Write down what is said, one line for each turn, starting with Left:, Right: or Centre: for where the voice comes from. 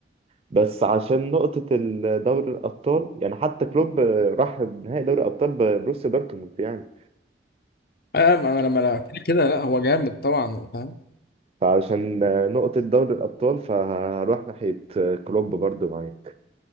Right: بس عشان نقطة ال- دوري الأبطال يعني حتى كلوب آه، راح نهائي دوري الأبطال ببروسيا دورتموند يعني
Left: اه ما انا ما انا كده كده لا هو جامد طبعا فاهم
Right: فعشان آه، نقطة دوري الأبطال فهروح ناحية آه، كلوب برضو معاك